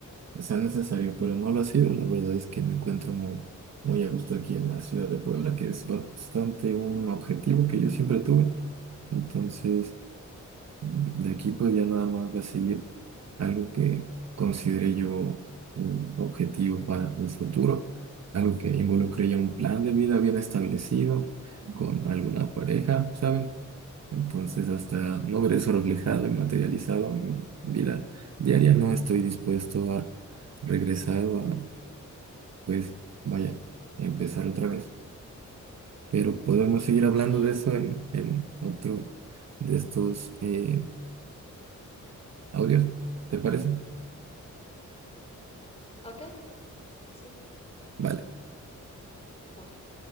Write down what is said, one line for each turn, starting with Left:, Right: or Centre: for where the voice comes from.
Right: sea necesario, pero no lo ha sido. La verdad es que me encuentro muy, muy a gusto aquí en la ciudad de Puebla, que es bastante un objetivo que yo siempre tuve. Entonces, mm, de aquí pues ya nada más va a seguir algo que considere yo un objetivo para un futuro, algo que involucre ya un plan de vida bien establecido con alguna pareja, ¿sabes? Entonces, hasta no ver eso reflejado y materializado en mi vida diaria, no estoy dispuesto a regresar o a, pues, vaya, empezar otra vez. Pero podemos seguir hablando
Left: Sí,
Right: de
Left: entiendo.
Right: eso en, en otro de estos eh, audios, ¿te parece?
Left: Ok, sí,
Right: Vale.
Left: vale.